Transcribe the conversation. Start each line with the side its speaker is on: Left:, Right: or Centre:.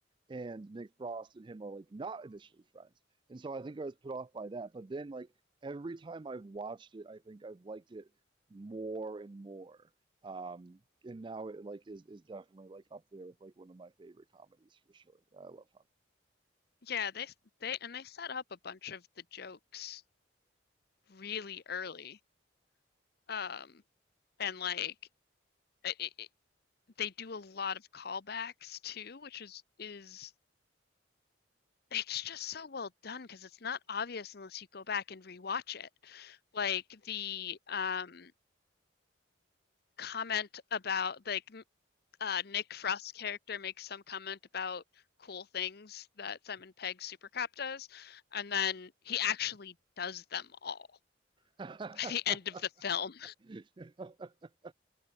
Right: and Nick Frost and him are like not initially friends. And so I think I was put off by that. But then like every time I've watched it, I think I've liked it more and more. Um, and now it like is is definitely like up there with like one of my favorite comedies for sure. Yeah, I love
Left: Yeah, they they and they set up a bunch of the jokes really early. Um, and like i i they do a lot of callbacks too, which is is it's just so well done because it's not obvious unless you go back and rewatch it. Like the um comment about like uh Nick Frost's character makes some comment about cool things that Simon Pegg's Supercop does, and then he actually does them all
Right: Hot
Left: by the end of the film.
Right: Fuzz. <laughs>